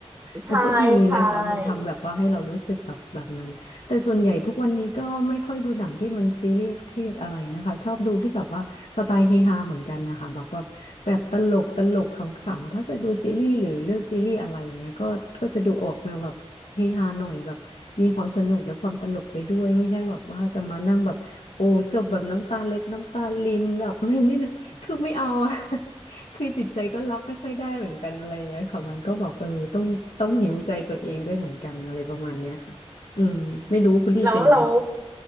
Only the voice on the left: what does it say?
เออก็ดีนะคะมันทำแบบว่าให้เรารู้สึกแบบแบบนั้นแต่ส่วนใหญ่ทุกวันนี้ก็ไม่ค่อยดูหนังที่มันซีเรียสเครียดอะไรนะคะชอบดูที่แบบว่าสไตล์เฮฮาเหมือนกันนะคะแบบแบบแบบตลกตลกขำๆถ้าจะดูซีรีส์หรือเลือกซีรีส์อะไรอย่างเงี้ยก็ก็จะดูออกแนวแบบเฮฮาหน่อยแบบมีความสนุกและความตลกไปด้วยไม่ใช่แบบว่าจะมานั่งแบบ
โอ้จบแบบน้ำตาเล็ดน้ำตาลินแบบไม่นี่นะ <laughs> คือไม่เอาอะ <laughs> คือจิตใจก็รับไม่ค่อยได้เหมือนกันอะไรอย่างเงี้ยค่ะมันก็แบบเออต้องต้องหิวใจตัวเองด้วยเหมือนกันอะไรประมาณเนี้ยค่ะอืมไม่รู้คุณลี่เป็นไหม